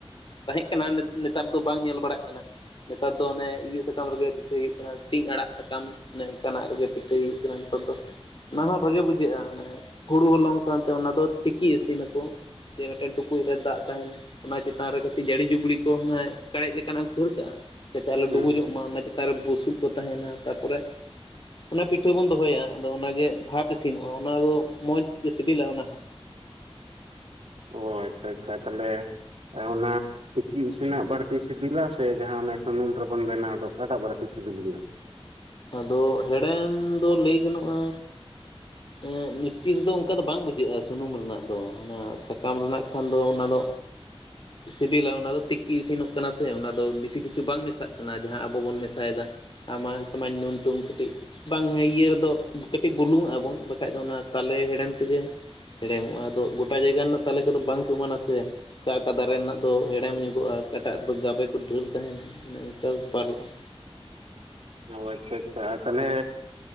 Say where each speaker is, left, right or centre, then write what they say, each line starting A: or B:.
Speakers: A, on the left; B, on the right.
A: ᱛᱟᱦᱮᱸ ᱠᱟᱱᱟ ᱱᱮᱛ ᱱᱮᱛᱟᱨ ᱫᱚ ᱵᱟᱝ ᱧᱮᱞ ᱵᱟᱲᱟᱜ ᱠᱟᱱᱟ ᱱᱮᱛᱟᱨ ᱫᱚ ᱚᱱᱮ ᱤᱭᱟᱹ ᱥᱟᱠᱟᱢ ᱨᱮᱜᱮ ᱯᱤᱴᱷᱟᱹ ᱦᱩᱭᱩᱜ ᱠᱟᱱᱟ ᱾ ᱠᱟ ᱥᱤᱧ ᱟᱲᱟᱜ ᱥᱟᱠᱟᱢ ᱚᱱᱮ ᱚᱱᱠᱟᱱᱟᱜ ᱨᱮᱜᱮ ᱯᱤᱴᱷᱟᱹᱭ ᱦᱩᱭᱩᱜ ᱠᱟᱱᱟ ᱱᱮᱛᱟᱨ ᱫᱚ᱾ ᱚᱱᱟ ᱦᱚᱸ ᱵᱷᱟᱜᱮ ᱵᱩᱡᱷᱟᱜ-ᱟ ᱚᱱᱮ ᱦᱩᱲᱩ ᱦᱚᱞᱚᱝ ᱥᱟᱶᱛᱮ ᱚᱱᱟ ᱫᱚ ᱛᱤᱠᱤ ᱤᱥᱤᱱ ᱟᱠᱚ᱾ ᱡᱮ ᱢᱤᱫᱴᱮᱱ ᱴᱩᱠᱩᱡ ᱨᱮ ᱫᱟᱜ ᱛᱟᱦᱮᱱᱟ ᱾ ᱚᱱᱟ ᱪᱮᱛᱟᱱ ᱨᱮ ᱠᱟᱹᱴᱤᱡ ᱡᱟᱹᱲᱤ ᱡᱩᱵᱲᱤ ᱠᱚ ᱦᱟᱱᱟ ᱠᱟᱲᱮᱡ ᱞᱮᱠᱟᱱᱟᱜ ᱮᱢ ᱠᱷᱟᱹᱲ ᱠᱟᱜ-ᱟ ᱾ ᱡᱟᱛᱮ ᱟᱞᱚ
B: ᱦᱩᱸ
A: ᱰᱩᱵᱩᱡᱚᱜ
B: ᱦᱩᱸ
A: ᱢᱟ ᱚᱱᱟ ᱪᱮᱛᱟᱱ ᱨᱮ ᱵᱩᱥᱩᱵ ᱠᱚ ᱛᱟᱦᱮᱱᱟ ᱛᱟᱨᱯᱚᱨᱮ ᱚᱱᱟ ᱯᱤᱴᱷᱟᱹ ᱵᱚᱱ ᱫᱚᱦᱚᱭᱟ ᱟᱫᱚ ᱚᱱᱟ ᱜᱮ ᱵᱷᱟᱵ ᱤᱥᱤᱱᱚᱜ-ᱟ ᱚᱱᱟ ᱫᱚ ᱢᱚᱡᱽ ᱜᱮ ᱥᱤᱵᱤᱞᱟ ᱚᱱᱟ ᱦᱚᱸ
B: ᱚ ᱟᱪᱪᱷᱟ ᱟᱪᱪᱷᱟ ᱛᱟᱦᱟᱞᱮ ᱮ ᱚᱱᱟ ᱛᱤᱠᱤ ᱤᱥᱤᱱᱟᱜ ᱵᱟᱲᱛᱤ ᱥᱤᱵᱤᱞᱟ ᱥᱮ ᱡᱟᱦᱟᱸ ᱥᱩᱱᱩᱢ ᱨᱮᱵᱚᱱ ᱵᱮᱱᱟᱣ ᱫᱚ ᱚᱠᱟᱴᱟᱜ ᱵᱟᱹᱲᱛᱤ ᱥᱤᱵᱤᱞ ᱜᱮᱭᱟ?
A: ᱟᱫᱚ ᱦᱮᱲᱮᱢ ᱫᱚ ᱞᱟᱹᱭ ᱜᱟᱱᱚᱜ-ᱟ᱾
B: <unintelligible>
A: ᱩᱜ ᱢᱤᱜᱴᱤᱠ ᱫᱚ ᱚᱱᱠᱟ ᱫᱚ ᱵᱟᱝ ᱵᱩᱡᱷᱟᱜ-ᱟ ᱥᱩᱱᱩᱢ ᱨᱮᱱᱟᱜ ᱫᱚ ᱦᱟᱱᱟ ᱥᱟᱠᱟᱢ ᱨᱮᱱᱟᱜ ᱠᱷᱟᱱ ᱫᱚ ᱚᱱᱟ ᱫᱚ
B: <unintelligible>
A: ᱥᱤᱵᱤᱞᱟ ᱚᱱᱟ ᱫᱚ ᱛᱤᱠᱤ ᱤᱥᱤᱱᱚᱜ ᱠᱟᱱᱟ ᱥᱮ ᱚᱱᱟ ᱫᱚ ᱵᱮᱥᱤ ᱠᱤᱪᱷᱩ ᱵᱟᱝ ᱢᱮᱥᱟᱜ ᱠᱟᱱᱟ ᱡᱟᱦᱟᱸ ᱟᱵᱚ ᱵᱚᱱ ᱢᱮᱥᱟ ᱭᱮᱫᱟ ᱾ ᱟᱢᱟᱜ ᱥᱟᱢᱟᱧ ᱱᱩᱝᱴᱩᱝ ᱠᱟᱴᱤᱡ ᱵᱟᱝ ᱦᱮᱸ ᱤᱭᱟᱹ ᱨᱮᱫᱚ ᱠᱟᱹᱴᱤᱡ ᱵᱩᱞᱩᱝ ᱟᱜᱟ ᱵᱚᱱ ᱵᱟᱠᱷᱟᱡ ᱫᱚ ᱚᱱᱟ ᱛᱟᱞᱮ ᱦᱮᱲᱮᱢ ᱛᱮᱜᱮ ᱦᱮᱲᱮᱢᱚᱜ-ᱟ ᱟᱫᱚ ᱜᱚᱴᱟ ᱡᱟᱭᱜᱟ ᱨᱮᱱᱟᱜ ᱛᱟᱞᱮ ᱠᱚᱫᱚ ᱵᱟᱝ ᱥᱚᱢᱟᱱᱟ ᱥᱮ ᱚᱠᱟ ᱚᱠᱟ ᱫᱟᱨᱮ ᱨᱮᱱᱟᱜ ᱫᱚ ᱦᱮᱲᱮᱢ ᱧᱚᱜᱚᱜ-ᱟ ᱚᱠᱟᱴᱟᱜ ᱨᱮᱫᱚ ᱜᱟᱵᱮ ᱠᱚ ᱰᱷᱮᱨ ᱛᱟᱦᱮᱱᱟ ᱚᱱᱮ ᱚᱱᱠᱟ ᱵᱮᱯᱟᱨᱚᱜ-ᱟ ᱾
B: ᱚᱻ ᱟᱪᱪᱷᱟ ᱟᱪᱪᱷᱟ ᱟᱨ ᱛᱟᱞᱦᱮ?